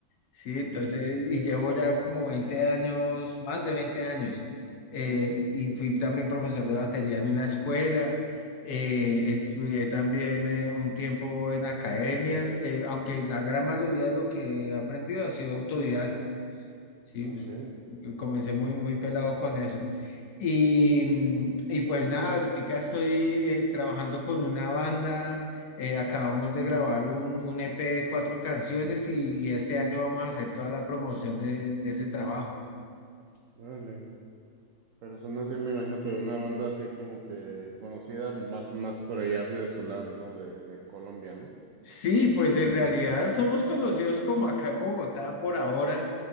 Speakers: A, on the left (about 65°); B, on the right (about 85°).
A: Sí, entonces,
B: mhm
A: y llevo ya como 20 años, más de 20 años, eh,
B: mhm
A: y fui también profesor de batería en una escuela, eh,
B: Okay,
A: estudié también eh, un tiempo en academias, eh, aunque la gran mayoría de lo que he aprendido ha sido autodidacta. Sí,
B: okay.
A: pues yo comencé muy, muy pelado con eso. Y, mm, y pues
B: mhm
A: nada, ahorita estoy eh, trabajando con una banda, eh, acabamos de grabar un, un EP de cuatro canciones y, y este año vamos a hacer toda la promoción de, de ese trabajo.
B: vale Pero son así, me imagino que una banda así como que conocida más, más por allá de su lado, ¿no? De, de Colombia, ¿no?
A: Sí, pues en realidad somos conocidos como acá en Bogotá por ahora.